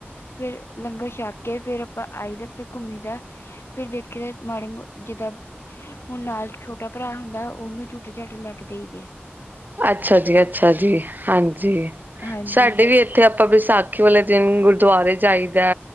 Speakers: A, on the left; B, on the right.
A: ਫੇਰ ਲੰਗਰ ਛੱਕ ਕੇ, ਫੇਰ ਆਪਾਂ ਆਈ ਦਾ, ਫੇ ਘੁੰਮੀ ਦਾ, ਫੇਰ ਦੇਖੀ ਦਾ ਮਾੜੇ, ਜਿੱਦਾਂ ਹੁਣ ਨਾਲ ਛੋਟ ਟਾ ਭਰਾ ਹੁੰਦਾ, ਉਹਨੂੰ ਝੁਟੇ- ਝਾਟ ਲੈ ਕੇ ਦੇਈਦੇ।
B: ਅੱਛਾ ਜੀ, ਅੱਛਾ ਜੀ। ਹਾਂਜੀ,
A: ਹਾਂਜੀ
B: ਸਾਡੇ ਵੀ ਇ ਥੇ ਆਪਾਂ, ਵਿਸਾਖੀ ਵਾਲੇ ਦਿਨ, ਗੁਰਦੁਆਰੇ ਜਾਈਦਾ,